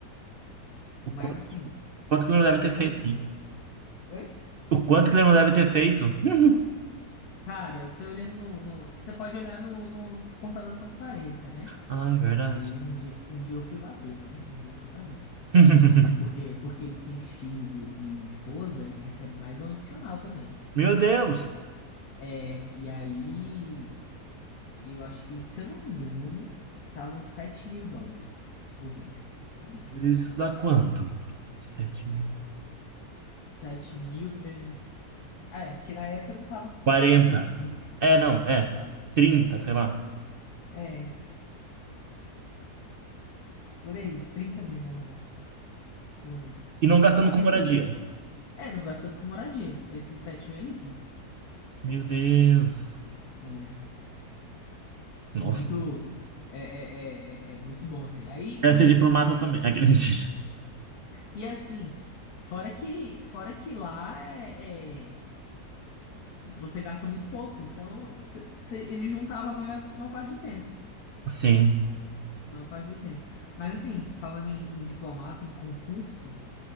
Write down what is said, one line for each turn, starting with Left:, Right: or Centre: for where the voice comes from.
Right: O
Left: Mas
Right: quanto,
Left: assim.
Right: quanto que ele não deve ter feito?
Left: Oi?
Right: né?
Left: Oi?
Right: O quanto que ele não deve ter feito? <laughs>
Left: Cara, você olhando no, no- Você pode olhar no, no portal da transparência, né?
Right: Ah, é verdade.
Left: Aí um dia, um dia eu fui lá ver, né? Um dia eu fui lá ver.
Right: <laughs>
Left: Aí porque, porque ele tem filho e esposa, ele recebe mais um adicional também.
Right: Meu Deus!
Left: É, e aí eu acho que, se eu não me engano, estavam sete mil dólares por mês, líquido.
Right: Isso dá quanto? 7 mil.
Left: 7 mil vezes. Ah, É, porque na época não tava 5,
Right: 40?
Left: né? Vamos
Right: É, não, é.
Left: botar.
Right: trinta, sei lá.
Left: É, por aí, 30 mil mais ou menos por mês.
Right: E não gastando
Left: Só
Right: com
Left: que assim,
Right: moradia.
Left: é, não gastando com moradia. Esses 7 mil é líquido.
Right: Meu Deus.
Left: né?
Right: Nossa.
Left: Muito é, é, é, é é muito bom assim. Aí
Right: Quero ser diplomata
Left: e,
Right: também. Aquele <laughs> mentira.
Left: e assim, fora que fora que lá é, é- você gasta muito pouco, então cê- cê- ele juntava a maior, maior parte do tempo,
Right: Sim,
Left: maior parte do tempo. Mas assim, falando em, em diplomata, em concurso,